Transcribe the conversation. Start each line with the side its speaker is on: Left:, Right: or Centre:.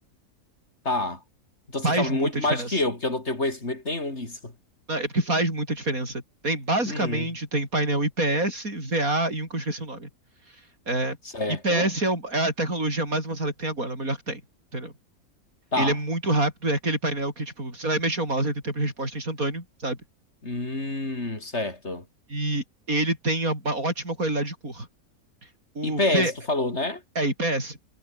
Left: Tá. Então você
Right: Faz
Left: sabe
Right: muita
Left: muito
Right: diferença.
Left: mais que eu, porque eu não tenho conhecimento nenhum disso.
Right: Não, É porque faz muita diferença. Tem basicamente
Left: Uhum.
Right: tem painel IPS, VA e um que eu esqueci o nome. É,
Left: Certo.
Right: IPS é o- é a tecnologia mais avançada que tem agora, é o melhor que tem. entendeu?
Left: Tá.
Right: Ele é muito rápido, é aquele painel que, tipo, você vai mexer o mouse, ele tem tempo de resposta instantâneo, sabe?
Left: Hum, certo.
Right: E ele tem uma ótima qualidade de cor. O
Left: IPS,
Right: V
Left: tu falou, né?
Right: é IPS.